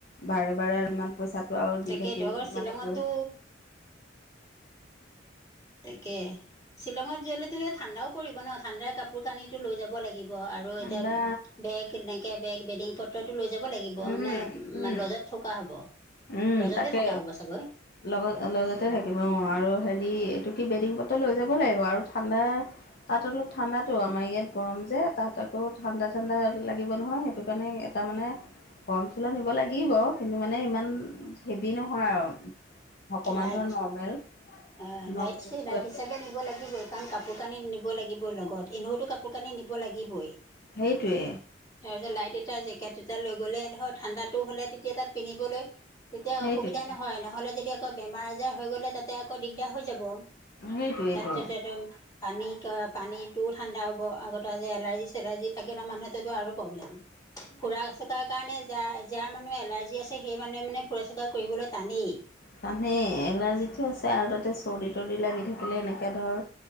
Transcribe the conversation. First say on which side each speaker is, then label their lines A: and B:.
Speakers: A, on the left; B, on the left.
A: বাৰে বাৰে আৰু ইমান পইচাটো আও
B: তাকেইতো
A: দি থাকিম
B: আকৌ শ্বিলঙতো
A: মানে কৈ
B: তাকে শ্বিলঙত যালেতো ঠাণ্ডাও পৰিব ন, ঠাণ্ডাৰ কাপোৰ কানিটো লৈ যাব লাগি আৰু
A: ঠাণ্ডা
B: এতিয়া বেগ এনেকে বেগ বেদিঙ পত ট'টো লৈ যাব লাগিব
A: উম
B: নে,
A: উম
B: লজাত থকা হব?
A: উম
B: লজতে
A: তাকে,
B: থকা হ'ব চাগৈ
A: লগত লগতে
B: অঁ
A: থাকিব অ' আৰু হেৰি' এইটো কি বেডিং পট্ৰ লৈ যাব লাগিব আৰু ঠাণ্ডা তাত অলপ ঠাণ্ডাতো, আমাৰ ইয়াত গৰম যে, তাত আকৌ ঠাণ্ডা ঠাণ্ডা লাগিব নহয়। সেইটো কাৰণে তাৰমানে গৰম চলা নিব লাগিব, কিন্তু মানে ইমান হেভি নহয় আৰু। অকমান
B: লাইট
A: ধৰ নৰ্মেল।
B: অ
A: নৰ্মেল
B: নাইটচে,
A: চোৱাত
B: নাইট হিচাপে নিব লাগিবই, কাৰণ কাপোৰ কানি নিব লাগিব লগত। এনেওত কাপোৰ কানি নিব লাগিবই।
A: সেইটোৱে
B: তাৰপিছত লাইট এটা, জেকেট এটা লৈ গ'লে ধৰ' ঠাণ্ডাটো হ'লে তেতিয়া তাত পিন্ধিবলৈ তেতিয়া
A: সেইটোৱে
B: অসুবিধা নহয়। নহ'লে যদি আকৌ বেমাৰ আজাৰ হৈ গ'লে তাতে আকৌ দিগদাৰ হৈ যাব।
A: সেইটোৱেইটো
B: তাত'তে তেতন পানী'ত পানীটোও ঠাণ্ডা হ'ব। আগতে যে এলাৰ্জি-চেলাৰ্জি থাকিলে মানুহতো আৰু প্ৰব্লেম। ফুৰা চকা, কাৰণে যাৰ যাৰ মানুহ এলাৰ্জি আছে সেই মানুহে মানে ফুৰা চুকা কৰিবলৈ টানেই।
A: তানেই এলাৰ্জিটো আছে আৰু তাতে চৰ্দি তৰ্দি লাগি থাকিলে এনেকে ধৰ।